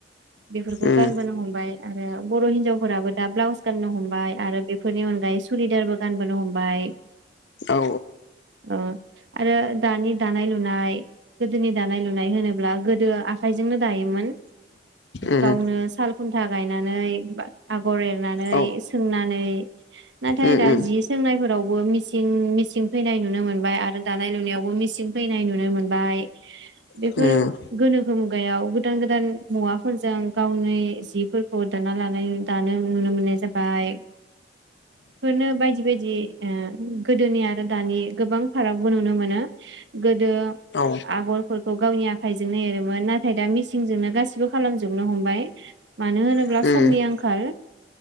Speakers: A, on the right (about 75°); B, on the left (about 70°).
A: बेफोरखौ
B: उम
A: गानबोनो हमबाय आरो बर' हिनजावफोराबो दा ब्लाउस गाननो हमबाय आरो। बेफोरनि अनगायै सुरिदारबो गानबोनो हमबाय
B: औ
A: अ आरो दानि दानाय लुनाय गोदोनि दानाय लुनाय होनोब्ला गोदो आखाइजोंनो दायोमोन।
B: उम
A: गावनो साल खुन्था गायनानै आगर एरनानै
B: औ
A: सोंनानै नाथाय
B: उम
A: दा
B: उम
A: जि सोंनायफोर फोरावबो मिं मिसिं फैनाय नुनो मोनबाय आरो दानाय लुनायावबो मिसिं फैनाय नुनो मोनबाय
B: उम
A: बेफोर गोनोखो मुगायाव गोदान गोदान मुवाफोरजों गावनि जिफोरखौ दाना लानाय दानो नुनो मोननाय जाबाय ‌। फोरनो बायदि बायदि ओ गोदोनि आरो दानि गोबां फारागबो नुनो मोनो गोदो
B: औ
A: आगरफोरखौ गावनि आखाइजोंनो एरोमोन नाथाय दा मिसिंजोंनो गासिबो खालामजोबनो हमबाय मानो होनोब्ला
B: उम
A: समनि आंखाल